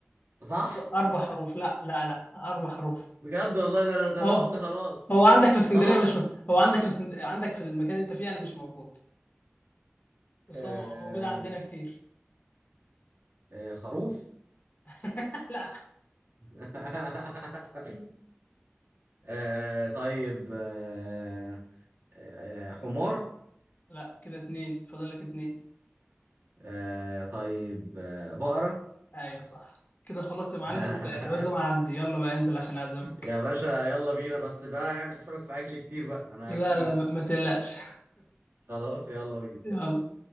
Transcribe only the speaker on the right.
صح
بجد والله ده انا ده انا
قلت خلاص
خلاص
آه
آه، خروف
<laughs> آه، طيب آه، آه، حمار
آه، طيب آه، بقرة
<laughs>
يا باشا يلا بينا بس بقى اعمل حسابك في اكل كتير بقى انا
اكيد
خلاص يلا بينا